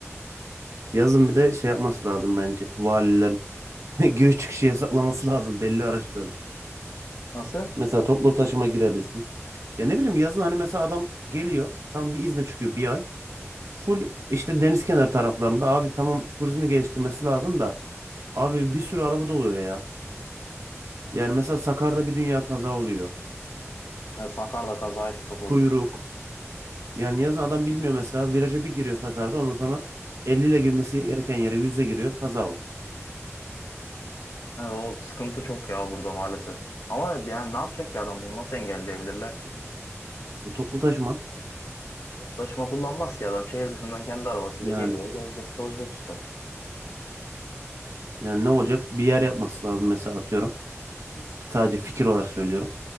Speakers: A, on the right; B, on the left.
A: Yazın bir de şey yapması lazım bence. Valilerin <laughs> giriş çıkışı yasaklaması lazım belli araçların.
B: Nasıl?
A: Mesela toplu taşıma girebilsin. Ya ne bileyim yazın hani mesela adam geliyor. Tam bir izne çıkıyor bir ay. Full işte deniz kenarı taraflarında abi tamam turizmi geliştirmesi lazım da abi bir sürü araba doluyor ya. Yani mesela Sakarya'da bir dünya kaza oluyor.
B: Hani Sakarya'da kazaya şok oluyor.
A: Kuyruk. Yani yazın adam bilmiyor mesela viraja bir giriyor Sakarya'da ondan sonra 50 ile girmesi gereken yere yüzle giriyor kaza oldu.
B: Yani o sıkıntı çok ya burada maalesef. Ama yani ne yapacak ki adam bunu nasıl engelleyebilirler ki?
A: E, toplu taşıma
B: Taşıma kullanmaz ki adam. Şehir dışından kendi arabasıyla
A: yani
B: geliyor, gezecek, tozacak işte.
A: yani ne olacak bir yer yapması lazım mesela atıyorum. Sadece fikir olarak söylüyorum.